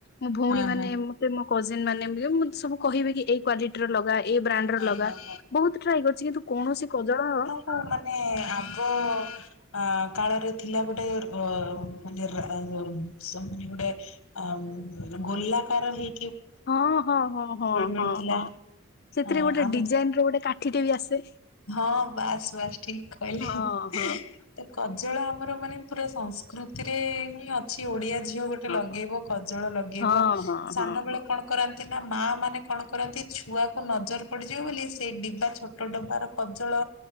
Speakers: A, on the left; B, on the left.
A: ମୋ ଭଉଣୀ
B: ହଁ
A: ମାନେ
B: ହଁ
A: ମତେ ମୋ କଜିନ୍ ମାନେ ମତେ ସବୁ କହିବି କି ଏଇ କ୍ଵାଲିଟି ର ଲଗା ଏ ବ୍ରାଣ୍ଡ ର
B: ଓହୋ
A: ଲଗା
B: ହୋ
A: ବହୁତ ଟ୍ରାଏ କରିଛି କିନ୍ତୁ କୌଣସି କଜଳ
B: ହ ମାନେ ଆଗ ଅ କାଳରେ ଥିଲା ଗୋଟେ ଅ ମାନେ ରା ମାନେ ଗୋଟେ ଆ ଗୋଲାକାର ହେଇ
A: ହଁ, ହଁ, ହଁ, ହଁ,
B: ମିଳୁଥିଲା
A: ହଁ, ହଁ, ସେଥିରେ
B: ଆ
A: ଗୋଟେ
B: ଆମ
A: ଡିଜାଇନ ର ଗୋଟେ କାଠିଟେ ବି ଆସେ।
B: ହଁ ବାସ୍ ବାସ୍ ଠିକ କହିଲେ।
A: ହଁ ହଁ
B: କଜଳ ଆମର ମାନେ ପୁରା ସଂସ୍କୃତିରେ ହିଁ ଅଛି, ଓଡିଆ ଝିଅ ଗୋଟେ ଗଟେ
A: ହଁ।
B: ଲଗେଇବ କଜଳ ଲଗେଇବ
A: ହଁ ହଁ
B: ସାନ
A: ହଁ
B: ବେଳେ
A: ହଁ।
B: କଣ କରନ୍ତି ନା ମା ମାନେ କଣ କରନ୍ତି ଛୁଆକୁ ନଜର ପଡିଯିବ ବୋଲି ସେଇ ଡିବା ଛୋଟ ଡବାର କଜଳ